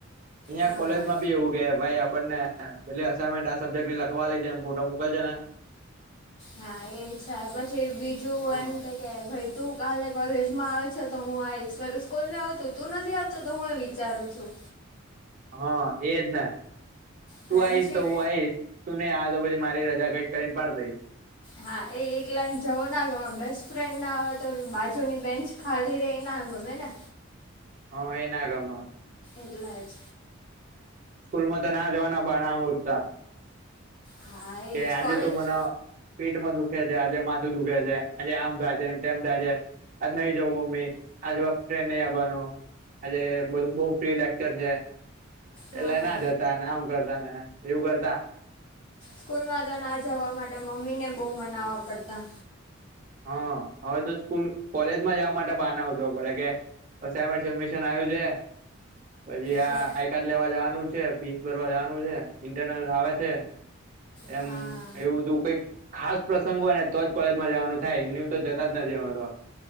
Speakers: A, on the right (about 40°); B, on the left (about 60°).
A: અહિયાં
B: હા
A: કોલેજમાં બી એવું કે ભાઈ આપણને પેલી અમેન્ટ આ સબ્જેક્ટ લખવા છે એમ ફોટો મોકલ છે ને.
B: હા એ છે પછી બીજું
A: હમ
B: એમ કઈ કે ભાઈ તું કાલે કોલેજ માં આવે છે, તો હું આવીશ સ્કૂલમાં આવ છું તું નથી આવતો તો હું વિચારું છું.
A: હા એજ ના,
B: ફ્રેન્ડશિપ
A: તું આવીઈશ તો હું આવીઈશ. તું નહી આવે તો પછી મારી રજા કઈક કરીને પડી દઈશ.
B: હા એ એક લાઈઇન જવો ના ગ બેસ્ટ ફ્રેન્ડ ના આવે તો બાજુની બેન્ચ ખાલીર એના હાલગમ હોઈને.
A: હ એના ગમ...
B: એટલા જ
A: સ્કૂલ માં તો ના જવાના બાહના હોતા
B: હા
A: કે
B: એ જ
A: આજે
B: કોલેજ
A: તો મને પેટમાં દુખે છે આજે માથું દુખે છે આજે આમ થાય છે તેમ થાય છે આજ નઈ જવુ મમ્મી આજ વા ફ્રેન્ડ નહી આવવાનો આજે બઉ બહુ પ્રિય એક્ટર છે
B: હા
A: એટલે ના જતા ને આમ કરતા ને એવું કરતા
B: સ્કૂલમાં જ તો ન જવા માટે મમ્મીને બહુ મનાવવા પડતા
A: હા હવે તો સ્કૂલ કોલેજમાં જવા માટે બહાના હોદવા પડે કે ે મિશન આવ્યું છે <inaudible> પછી
B: છે
A: આ આઈ કાર્ડ લેવા જવાનું છે ફીસ ભરવા જવાનું છે ઇન્ટરનલ આવે છે
B: હા
A: એમ્મ એવું બધું કઈક ખાસ પ્રસંગ હોય ને તો જ કોલેજમાં જવાનું હા એમને એમ તો જતા જ નથી અમાર તો